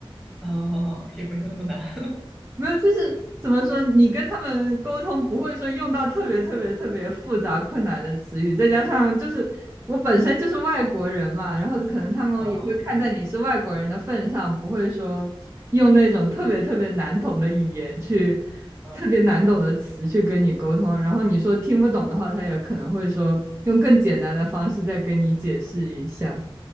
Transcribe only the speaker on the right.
没有，就是怎么说，你跟他们沟通不会说用到特别特别特别复杂困难的词语，再加上就是我本身就是外国人嘛，然后可能他们也会看在你是外国人的份上，
不会说用那种特别特别难懂的语言去
特别难懂的词去跟你沟通，然后你说听不懂的话，他也可能会说用更简单的方式再跟你解释一下，